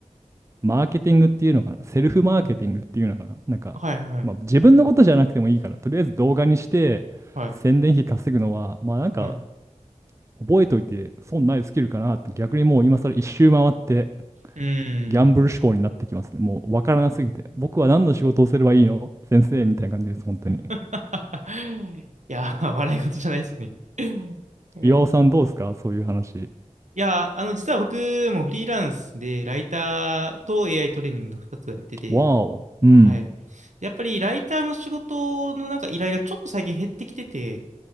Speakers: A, on the right; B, on the right.
A: マーケティングっていうのかなセルフマーケティングっていうのかななんか、
B: うん。はい、はい、
A: まあ、自分のことじゃなくてもいいから、とりあえず動画にして宣伝費稼ぐのは、
B: はい、
A: まあなんか
B: はい。
A: 覚えといて損ないスキルかなって逆にもう今更一周回って
B: うー
A: ギャンブル志向になってきますね。
B: ん。
A: もう分からなすぎて。僕は何の仕事をすればいいの先生みたいな感じです、本当に。
B: <laughs> いやー、笑い事じゃないですね。うんえー
A: 岩尾さんどうですかそういう話。
B: いやー、あの、実は僕もフリーランスで、ライターと AI トレーニングの2つをやってて、
A: わお。うん。
B: はい。でやっぱりライターの仕事のなんか依頼がちょっと最近減ってきてて、